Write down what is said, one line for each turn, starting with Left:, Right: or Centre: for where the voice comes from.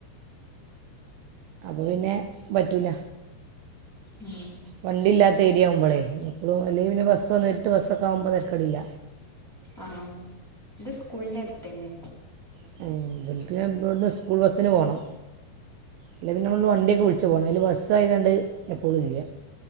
Right: അപ്പൊ പിന്നെ പറ്റൂല
Centre: ഉം
Right: വണ്ടില്ലാത്ത ഏരിയാവുമ്പളേ എപ്പളും അല്ലെ പിന്നെ ബസും നേരിട്ട് ബസ്സ് ഒക്കെ ആവുമ്പോ തരക്കെടില്ല
Centre: ആഹ് ഇത് സ്കൂളിന്റെ അടുത്ത് തന്നെ
Right: <unintelligible> ഇവിടുന്ന് സ്കൂൾ ബസ്സിന് പോണം അല്ല പിന്നെ നമ്മള് ഇവട്ന്ന് വണ്ടിയൊക്കെ വിളിച്ച് പോണം അതിൽ ബസ്സായതാണ്ട് എപ്പളും ഇല്ല